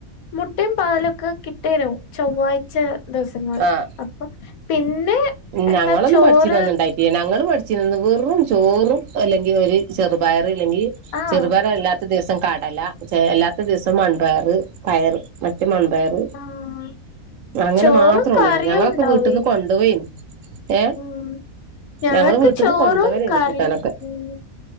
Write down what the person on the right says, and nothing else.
ആഹ്
ഞങ്ങളൊന്നും
പഠിച്ചീന്നന്ന് ഉണ്ടായിട്ടില്ല <unintelligible> വെറും ചോറും അല്ലെങ്കി ഒരു ചെറുപയറ് അല്ലെങ്കി
ചെറുപയറല്ലാത്ത ദിവസം കട ല അല്ലാത്ത ദിവസം വൻപയറ് പയറ് ഉം മൺപയർ
അങ്ങനെ
മാത്രേ ഉള്ളേർന്നു.
ഞങ്ങളൊക്കെ
വീട്ടിൽന്ന് കൊണ്ടുപോവേയിരുന്നു. ഏ
ഞങ്ങള് വീട്ട്ന്ന്
കൊണ്ടുപോവലായിരുന്നു
കൂട്ടാനൊക്കെ